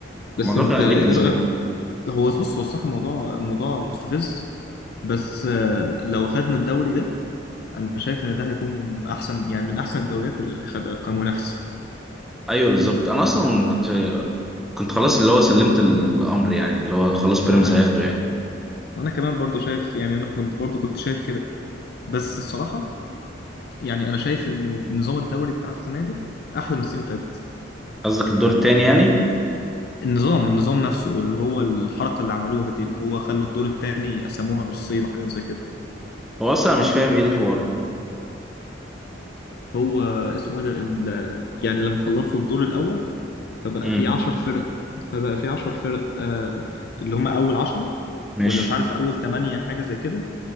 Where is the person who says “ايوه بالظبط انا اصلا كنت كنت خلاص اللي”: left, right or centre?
Centre